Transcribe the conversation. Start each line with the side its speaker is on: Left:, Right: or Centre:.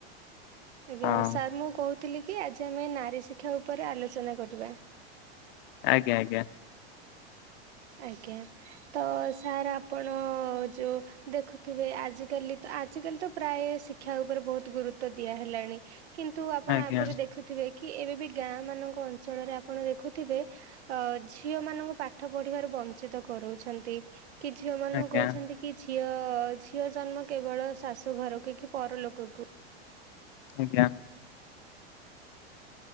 Right: ଆଜ୍ଞା
Left: ହଁ
Right: ସାର୍ ମୁଁ କହୁଥିଲି କି ଆଜି ଆମେ ନାରୀ ଶିକ୍ଷା ଉପରେ ଆଲୋଚନା କରିବା।
Left: ଆଜ୍ଞା ଆଜ୍ଞା।
Right: ଆଜ୍ଞା। ତ ସାର୍ ଆପଣ ଯୋଉ ଦେଖୁଥିବେ ଆଜିକାଲି ତ ଆଜିକାଲି ତ ପ୍ରାୟ ଶିକ୍ଷା ଉପରେ ବହୁତ ଗୁରୁତ୍ଵ ଦିଆ ହେଲାଣି କିନ୍ତୁ ଆପଣ
Left: ଆଜ୍ଞା
Right: ଆଗରୁ ଦେଖୁଥିବେ କି ଏବେ ବି ଗାଁ ମାନଙ୍କ ଅଞ୍ଚଳରେ ଆପଣ ଦେଖୁଥିବେ ଅ ଝିଅ ମାନଙ୍କ ପାଠ ପଢିବାରୁ ବଞ୍ଚିତ କରୁଛନ୍ତି କି ଝିଅ ମାନଙ୍କୁ
Left: ଆଜ୍ଞା
Right: କହୁଛନ୍ତି କି ଝି ଝିଅ ଝିଅ ଜନ୍ମ କେବଳ ଶାଶୁ ଘରକୁ କି ପରଲୋକକୁ
Left: ଆଜ୍ଞା।